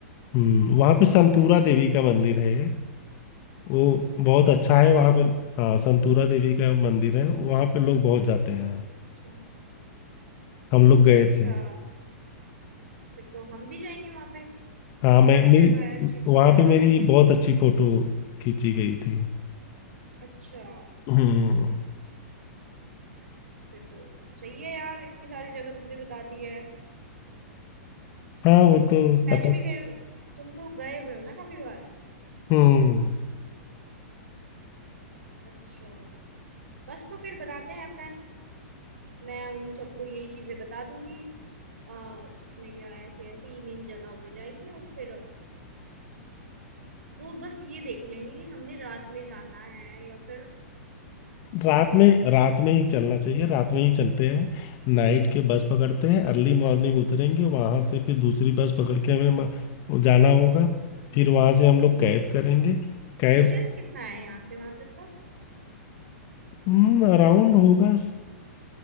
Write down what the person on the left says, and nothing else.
हम्म वहाँ पे संतूरा देवी का मंदिर है एक वो बहुत
अच्छा है वहाँ
पे
हाँ संतूरा देवी का मंदिर है वहाँ पे लोग बहुत जाते हैं
हम लोग गए
थे
हाँ मैं
मेरी
वहाँ
पे मेरी
बहुत अच्छी फोटो खींची गई थी
हम्म
हाँ वो तो
पता
हम्म
रात
में
रात में ही चलना चाहिए रात में ही चलते हैं नाइट के बस पकड़ते हैं अर्ली मॉर्निंग उतरेंगे वहां से फिर दूसरी बस पकड़ के हमें म- जाना होगा फिर वहां से हम लोग कैब करेंगे कैब
हम्म, अराउंड होगा